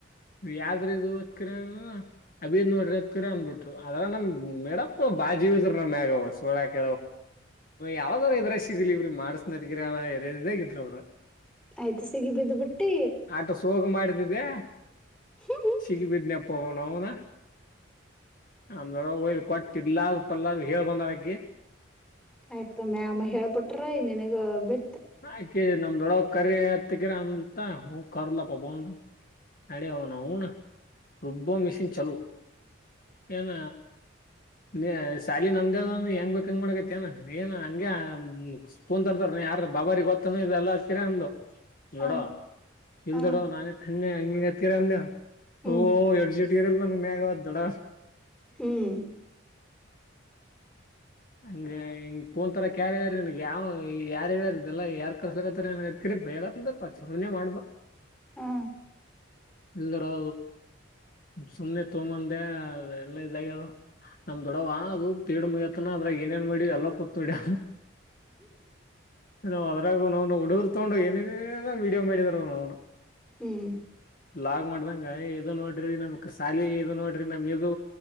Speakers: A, on the left (about 45°); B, in the centre.
A: ಯಾದ್ರ ಇದು ಹತ್ಕರ ಅಬೀರ್ ನೋಡ್ರಿ ಹತ್ಕರ ಅಂದಬಿಟ್ರು ಅದ್ರ ನಮ ಮೇಡಪ್ಪ ಬಾಜಿಸ್ರ ನಮ್ಮ್ಯಾಗ ಸೋಳ ಕ ಯಾವದಾರ ಇದ್ರ ಸಿಗಲಿ ಇವ್ರೀ ಮಾಡ್ಸನಗಿ ಅವರು
B: ಆಯ್ತು ಸಿಗಿ ಬಿದ್ದ್ ಬಿಟ್ಟಿ
A: ಆಟೋಗ ಮಾಡ ದೆ
B: ಹ್ಮ್ ಹ್ಮ್
A: ಸಿಗಿ ಬಿಿದ್ದನ ಪಣದಾ ಆಮಡ ಕೊಟ್ಟ ಇಲ್ಲ ಪಲ್ಲ ಹೇಳ್ ಬಂದಳಿ
B: ಆಯ್ತು ಮ್ಯಾಮ ಹೇಳ್ಬಿಟ್ರ ನನ್ಗ ಬಿ
A: ಆಕಿ ನಮ್ದೊಳಗ್ ಕರಿ ಹತ್ತಗಿರ ಅಂದತ್ತ ಹೋಗ ಕರ್ಲಪ್ಪ ಬನ್ ಅಡ ಅವನು ಊನು ರುಬ್ಬ ಮೆಿಸಿಿನ ಚಲೋ ಏನ ನೀ ಸಾಲ ನಮ್ದೇ ಹೆಂಗ್ ಬಕ್ ಹಂಗ ಮಾಡಕೈತಿೇನ ಏನ ಹಂಗಗೆ ಫೋನ್ ತರ್ತಾರ ಯಾರ ಬಾಬಾರ ಗೊತ್ತನ ಇಲ್ಲ ಹಕ್ಕೀರ ಅಂದು
B: ಹ
A: ನೋಡೋ ಇಲ್
B: ಹ
A: ದೊಡ ನಾನೇತ್ೆ ಹಂಗ ಎತ್ತೀರ ಅಂದ
B: ಹ್ಮ್
A: ಓ ಎರಜಿಟ್ಗಿರಲ್ಲ ನಂಗ ಮ್ಯಾಗ ದಡ
B: ಹ್ಮ್
A: ಹಂಗ ಹಂಗ್ ಪೋನ್ ತರ ಕ್ಯಾರ ಯಾರ ನನ್ಗೆ ಯಾವ ಯಾರ ಯ್ಯಾರ ಇದೆಲ್ಲ ಯಾರ್ ಕರ್ಸಕತ್ತ ಬೇಗತ್ತಂದ ಪಚನೆೇ ಮಾಡ್ಬ
B: ಹಾ
A: ಇಲ್ಲಡಾ ಸುಮ್ನೆ ತೋಂಬಂದೆ ಎಲ್ಲ ಇದಾಗ ನಮ ದೊಡವಾ ಅದು ತೀಡ ಮಗ ಅದಾಗ ಏನೇನ್ ಮಾಡಿ ಎಲ್ಲ ಕೂತ್ಡಿ ನಾವು ಅದ್ರಾಗು ನ್ ಹೊಡರ್ ೊಂಡ ಏನ ವಡಿಯೋ ಮಾಡಿದಾರನು
B: ಹ್ಮ್
A: ಲಾಗ್ ಮಾಡ್ದಂಗ ಇದು ನೋಡ್ರಿ ನಮ್ ಸಾಲಿ ಇದು ನೋಡ್ರಿ ನಮ ಇದು